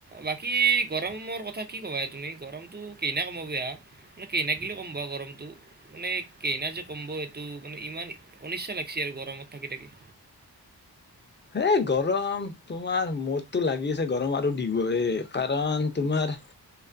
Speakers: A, on the right; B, on the left.
A: বাকী গৰমৰ কথা কি ক'বা তুমি গৰমতটো কনা কম সেয়া। মানে কেইনাকিলে কম প গৰমটো। মানে কেইনা যে কম্ব সেইটো মানে ইমান অনিচ্ছা লাগিছে আৰু গৰমত থাকি থাকি।
B: এই গৰম তোমাৰ মোৰটো লাগি আছে গৰম আৰু দিবহে, কাৰণ তোমাৰ